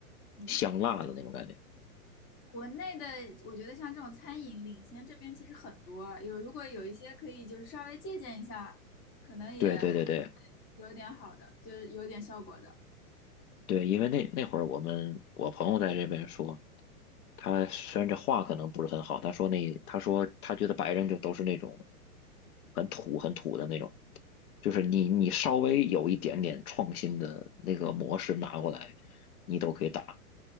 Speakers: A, on the left; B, on the left.
A: 嗯。
B: 香辣的那种感觉。
A: 国内的，我觉得像这种餐饮领先这边其实很多啊，有如果有一些可以就是稍微借鉴一下，可能也还是
B: 对对对对，
A: 有点好的，就是有点效果的。
B: 对，因为那那会儿我们我朋友在这边说，他虽然这话可能不是很好，他说那他说他觉得白人就都是那种很土很土的那种，就是你你稍微有一点点创新的那个模式拿过来，你都可以打，